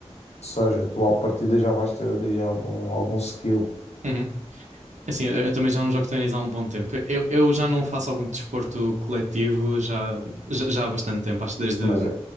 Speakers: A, on the left; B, on the right.
A: Ou seja, tu à partida já vais ter ali algum, algum skill.
B: Uhum. É Assim, eu, eu também já não jogo ténis há um bom tempo. Eu, eu já não faço algum desporto coletivo já, já, já há bastante tempo, acho que desde,
A: Mas